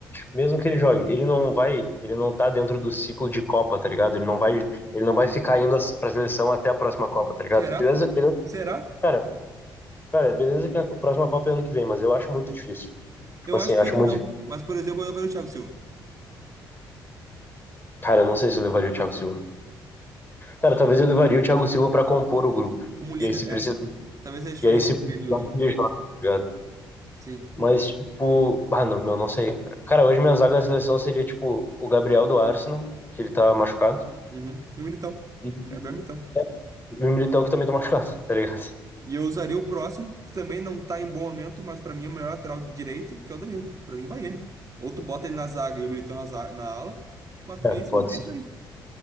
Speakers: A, on the left (about 20°); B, on the right (about 30°).
A: mesmo que ele jogue, ele não vai, ele não tá dentro do ciclo de Copa, tá ligado? Ele não vai, ele não vai ficar indo pra seleção até a próxima Copa, tá ligado?
B: Será?
A: Beleza, beleza,
B: Será?
A: cara, cara, beleza que a próxima Copa é ano que vem, mas eu acho muito difícil. Tipo
B: Eu
A: assim,
B: acho
A: acho
B: que ele
A: muito
B: não.
A: difícil.
B: Mas, por exemplo, eu vejo o Thiago Silva
A: Cara, eu não sei se eu levaria o Thiago Silva. Cara, talvez eu levaria o Thiago Silva pra compor o grupo.
B: como líder,
A: E aí se
B: é.
A: precisar,
B: Talvez seja a diferença
A: e aí se
B: entre
A: precisar,
B: ele e o.
A: ele joga, tá ligado?
B: Sim.
A: Mas, tipo, ah, não, meu, não sei. cara. Cara, hoje minha zaga da seleção seria, tipo, o Gabriel do Arsenal, que ele tá machucado,
B: Uhum. E o Militão.
A: e
B: Gabriel Militão.
A: o Militão, que também tá machucado, tá ligado?
B: E eu usaria o próximo, que também não tá em bom momento, mas pra mim é o melhor lateral direito, que é o Danilo. Pra mim vai ele. Ou tu bota ele na zaga e o Militão na, zaga- na ala, mas pra
A: É,
B: mim é isso
A: pode
B: é
A: ser.
B: isso aí.